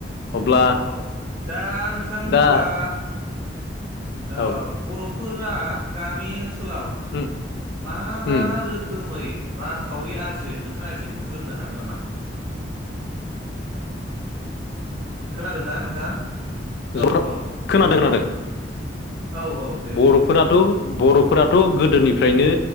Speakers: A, on the left; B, on the right.
A: अब्ला
B: औ औ दा नोंथां
A: दा
B: अब्ला ओ
A: औ
B: बर'फोरा गामि ओनसोलाव
A: उम
B: मा मा
A: उम
B: रोखोमै रांखावरि आरजियो नोंथाङा एसे बुंग्रोनो हागोन नामा खोनादोंना नोंथां
A: जफ्रा
B: औ औ
A: खोनादों
B: दे
A: खोनादों
B: औ औ दे
A: बर'फोराथ
B: बुं
A: बर'फोराथ गोदोनिफ्रायनो